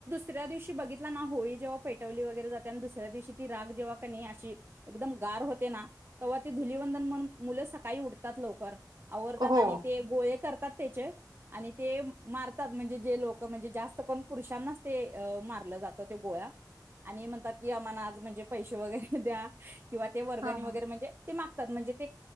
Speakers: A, on the right; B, on the right.
A: तुसऱ्या दिवशी बघितला ना होळी जेव्हा पेटवली वगैरे जाते आणि दुसऱ्या दिवशी ती राग जेव्हा का नाही अशी एकदम गार होते ना तेव्हा तेी धुलवंदन म्हण मुलं सकाळी उठतात लवकर आवरडतात
B: हो
A: आणि ते गोळे करतात त्याचे आणि ते मारतात म्हणजे जे लोक म्हणजे जास्त करून पुरुषांनाच ते मारलं जातं ते गोळ्या आणि म्हणतात की आम्हाला आज म्हणजे पैसे वगैरे द्या किंवा ते वर्गणी
B: हा हा.
A: वगैरे म्हणजे ते मागतात म्हणजे ते